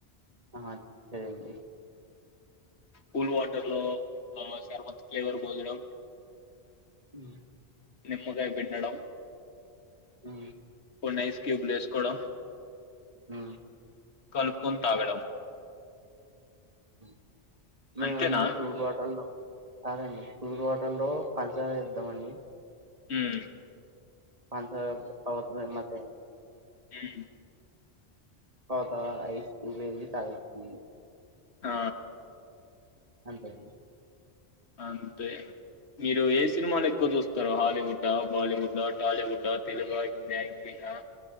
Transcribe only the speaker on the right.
ఆ సరే అండి
హ్మ్
హు
ఆ
<inaudible> మేమండి
తుబాటల్లో అదండీ కూల్ వాటర్ లో పంచదార ఎత్తమండి
పంచదార తరువాత నిమ్మకాయి
అత ఐస్ క్యూబ్ ఏసీ తగిళ్లూ
అంతే అండి